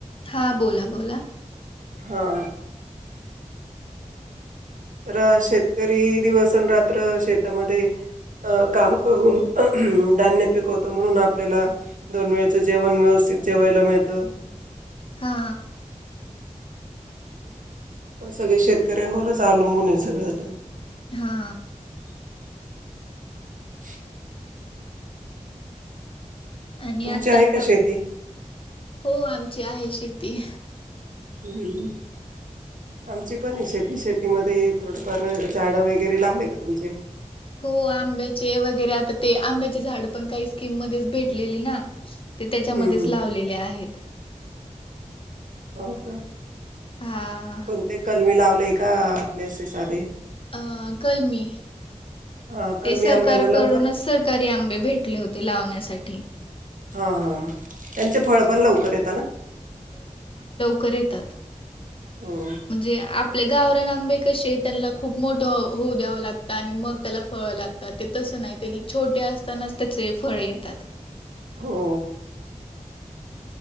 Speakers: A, on the left; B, on the right.
A: हां बोला बोला.
B: हा. तर शेतकरी दिवस आणि रात्र शेतामध्ये अ काम करून धान्य पिकवतो, म्हणून आपल्याला दोन वेळचं जेवण व्यवस् थित जेवायला मिळतं.
A: हा.
B: आपण सगळे शेतकऱ्यांवरच अवलंबून आहे, सगळं आता
A: हा.
B: <inaudible>
A: आणि
B: तुमची
A: आता
B: आहे
A: आता
B: का शेती?
A: हो, आमची आहे शेती.
B: हम्म. आमची पण आहे शेती, शेतीमध्ये थोडंफार झाडं वगैरे लावले का तुमचे?
A: हो आंब्याचे वगैरे आता ते आंब्याचे झाडंपण काही स्कीम मध्येच भेटलेले ना. ते त्याच्यामध्येच
B: हम्म हम्म
A: लावलेले आहेत.
B: हो का?
A: हा
B: कोणते कलमी लावलेय का, आपले असे साधे?
A: अह कलमी.
B: हा कलमी
A: ते सरकारकडूनच
B: आंब्यांना लवकर
A: सरकारी आंबे भेटले होते, लावण्यासाठी.
B: हा हा, त्यांचे फळपण लवकर येतं ना?
A: कर येतात.
B: हो
A: म्हणे आप ते गावरान आंबे कसे त्यांना खूप मोठं होऊ द्यावं लागतं आणि मग त्याला फळं लागतात. ते तसं सं नाय, ते छोटे असतानाच त्याचे फळ येतात.
B: हो.